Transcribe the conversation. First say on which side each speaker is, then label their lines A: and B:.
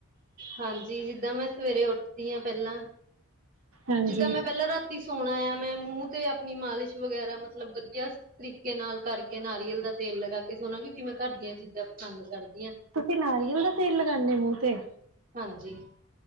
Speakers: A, on the right; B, on the right.
A: ਹਾਂਜੀ, ਜਿੱਦਾਂ ਮੈਂ ਸਵੇਰੇ ਉੱਠਦੀ ਹਾਂ, ਪਹਿਲਾਂ
B: ਹਾਂਜੀ
A: ਜਿੱਦਾਂ ਮੈਂ, ਪਹਿਲਾਂ ਰਾਤੀ ਸੋਣਾ ਆ, ਮੈਂ ਮੂੰਹ ਤੇ ਆਪਣੀ ਮਾਲਿਸ਼ ਵਗੈਰਾ, ਮਤਲਬ ਵਧੀਆ ਤਰੀਕੇ ਨਾਲ ਕਰਕੇ, ਨਾਰੀਅਲ ਦਾ ਤੇਲ ਲਗਾ ਕੇ ਸੋਣਾ ਜਿਵੇ, ਘਰ ਦੀਆਂ ਚੀਜ਼ਾਂ ਪਸੰਦ ਕਰਦੀ ਹਾਂ।
B: ਤੁਸੀਂ ਨਾਰੀਅਲ ਦਾ ਤੇਲ, ਲਗਾਉਂਦੇ ਮੂੰਹ ਤੇ
A: ਹਾਂਜੀ